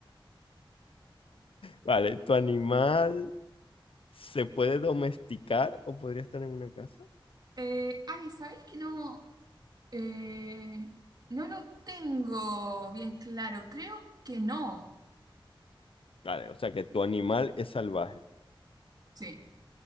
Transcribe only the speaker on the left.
Vale. ¿Tu animal se puede domesticar o podría estar en una casa?
Vale, o sea que tu animal es salvaje.